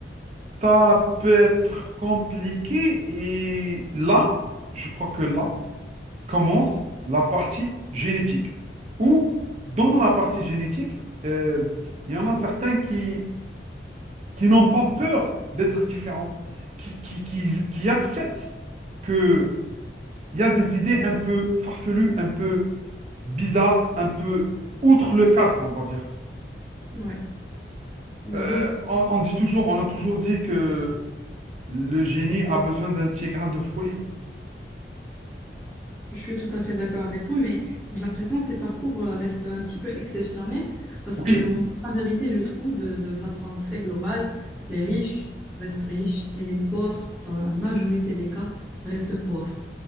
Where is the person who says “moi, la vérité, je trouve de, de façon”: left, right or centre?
Centre